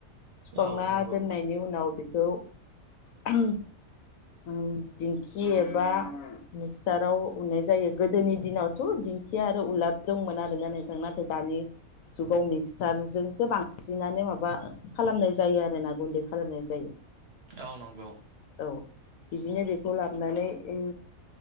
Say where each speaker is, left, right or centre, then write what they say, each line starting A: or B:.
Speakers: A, on the left (about 70°); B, on the right (about 55°).
A: सुखांना
B: औ नंगौ
A: दोननायनि उनाव बेखौ <unintelligible> <unintelligible> दिंखि एबा मिक्साराव उननाय जायो गोदोनि दिनावथ' दिंखि आरो उलार दंमोन आरो ना नोंथां नाथाय दानि जुगाव मिक्सारजोंसो बांसिनानो माबा खालामनाय जायो आरो ना गुन्दै खालामनाय जायो।
B: औ नंगौ।
A: औ बिदिनो बेखौ लाबनानै उम